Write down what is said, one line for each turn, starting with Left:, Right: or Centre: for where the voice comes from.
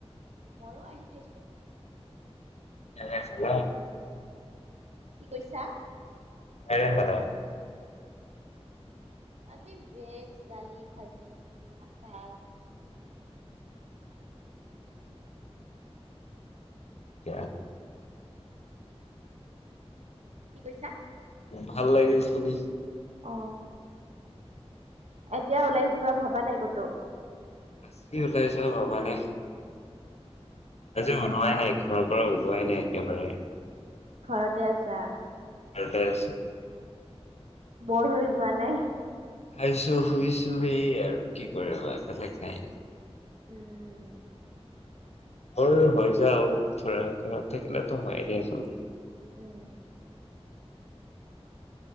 Right: মইো আহি খাইছো।
Left: এনেই আছা ন।
Right: কি কৈছা?
Left: এ খাদ <unintelligible>
Right: আজি ভেজ। দালি, ভাজি, আচাৰ
Left: কিয়া।
Right: কি কৈছা?
Left: ভাল লাগিল শুনি।
Right: অ এতিয়া ওলাই যোৱা ভাবা নাই কতো?
Left: আ কি ওলাইছো ভাবা নাই। আজি ওলোৱাই নাই, ঘৰৰ পৰা ওলোৱাই নাই একেবাৰে।
Right: ঘৰতে আছা?
Left: ঘৰতে আছো।
Right: ব'ৰ হৈ যোৱা নাই?
Left: খাইছো শুইছো হেই আৰু কি কৰিব। বেলেগ নাই।
Right: উম
Left: ব'ৰ হৈ যাওঁ, ধৰা ঘৰত থাকিলেতো হয়ে দিয়া চোন
Right: উম